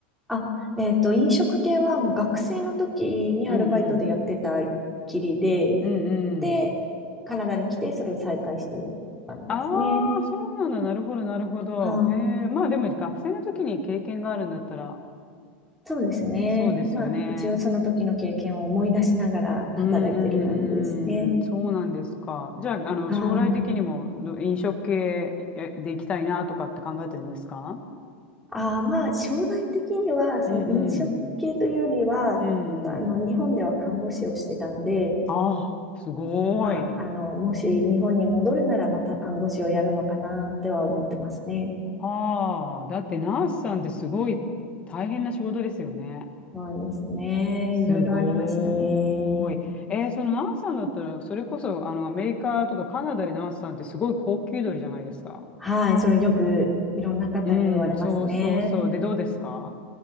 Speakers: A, in the centre; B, on the left.
A: あ、えっと、飲食系はもう学生の時にアルバイトでやってたきりで、
B: うんうん。うんうん。
A: で、カナダに来てそれを再開してる感じですね。
B: ああ、そうなんだ。なるほど、なるほど。
A: はい。
B: へえ。まあでも学生の時に経験があるんだったら、
A: そうですね。
B: そうですよね。
A: まあ、一応その時の経験を思い出しながら働いてる感じですね。
B: うんうんうん。そうなんですか。じゃあ、あの、
A: は
B: 将来的にもど飲食系えで行きたいなとかって考えてるんですか
A: い。ああ、まあ、将来的には、その飲食系というよりは、
B: うんうん。うんうん。
A: あの、日本では看護師をしてたので、
B: ああ、すごい。
A: まあ、あの、もし日本に戻るならまた看護師をやるのかなっては思ってますね。
B: はあ。だってナースさんってすごい大変な仕事ですよね。
A: そうですね。
B: すごーい。
A: いろいろありましたね。
B: えーそのナースさんだったら、それこそ、あの、アメリカとかカナダでナースさんってすごい高級鳥じゃないですか。
A: はい。それよくいろんな方に言われますね。
B: うん、そうそうそう。で、どうですか